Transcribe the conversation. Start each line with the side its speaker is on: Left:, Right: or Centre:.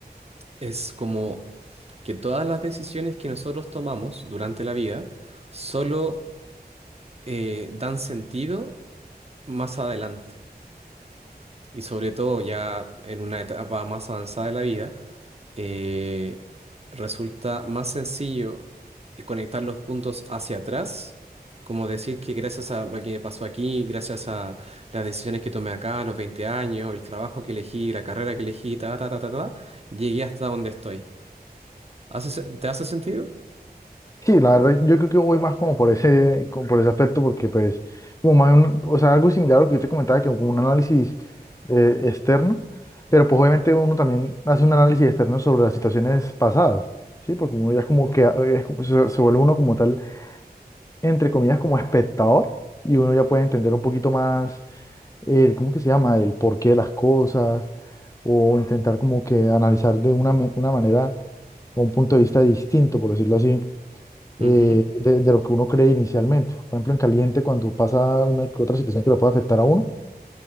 Right: es como que todas las decisiones que nosotros tomamos durante la vida solo eh, dan sentido más adelante. Y sobre todo ya en una etapa más avanzada de la vida, eh, resulta más sencillo eh, conectar los puntos hacia atrás, como decir que gracias a lo que me pasó aquí, gracias a las decisiones que tomé acá a los 20 años, el trabajo que elegí, la carrera que elegí, ta, ta, ta, ta, ta, llegué hasta donde estoy. ¿Hace se- ¿te hace sentido?
Left: Sí, la verdad, yo creo que voy más como por ese, como por ese aspecto, porque pues, como más un- o sea, algo similar a lo que yo te comentaba, que como un análisis eh, externo, pero pues obviamente uno también hace un análisis externo sobre las situaciones pasadas, ¿sí? Porque uno ya es como que eh, es como- se, se vuelve uno como tal, entre comillas, como espectador, y uno ya puede entender un poquito más, el, ¿cómo que se llama? El porqué de las cosas, o intentar como que analizar de una, me- una manera, o un punto de vista distinto, por decirlo así
Right: Ujú,
Left: eh, de, de lo que uno cree inicialmente. Por ejemplo, en caliente, cuando pasa una que otra situación que lo puede afectar a uno,